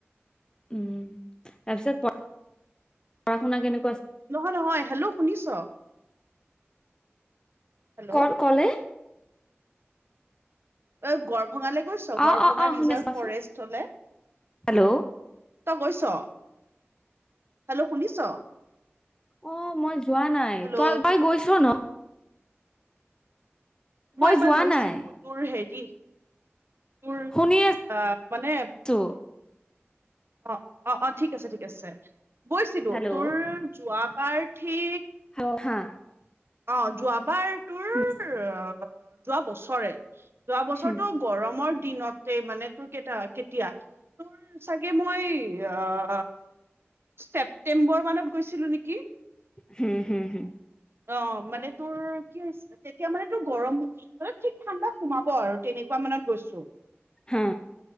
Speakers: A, on the left (about 20°); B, on the right (about 60°).
A: উম। তাৰ পিছত পঢ়া শুনা কেনে
B: নহয় নহয় হেল্ল' শুনিছ? হেল্ল'
A: ক'ত কলে?
B: অ' গৰম ভঙালে গৈছ, গৰভঙা
A: অ অ অ
B: ৰিজাৰ্ভ
A: শুনি আছো
B: ফৰেষ্ট
A: কোৱাচোন
B: লে?
A: হেল্ল'
B: তই গৈছ? হেল্ল' শুনিছ?
A: অঁ মই যোৱা নাই।
B: হেল্ল'
A: তই, তই গৈছ ন?
B: মই এবাৰ
A: যোৱা
B: গৈছিলো,
A: নাই
B: তোৰ হেৰি তোৰ
A: শুনি
B: আ মানে
A: আছো
B: অঁ, অঁ-অঁ, ঠিক আছে-ঠিক আছে। গৈছিলো,
A: হেল্ল'
B: তোৰ যোৱা বাৰ ঠিক
A: <unintelligible>
B: অঁ যোৱাবাৰ তোৰ,
A: হুম
B: অ যোৱা বছৰে <inaudible> যোৱা বছৰটো
A: হুম
B: গৰমৰ দিনতেই মানে তোৰ কেইটা কেতিয়া, তোৰ চাগ গে মই আ অ ছেপ্তেম্বৰ মানত গৈছিলো নেকি।
A: হম হম-হম।
B: অঁ মানে তোৰ কি হৈছ তেতিয়া মানে তোৰ গৰম ঠিক ঠাণ্ডা সোমাব আৰু তেনেকুৱা মানত গৈছো,
A: হা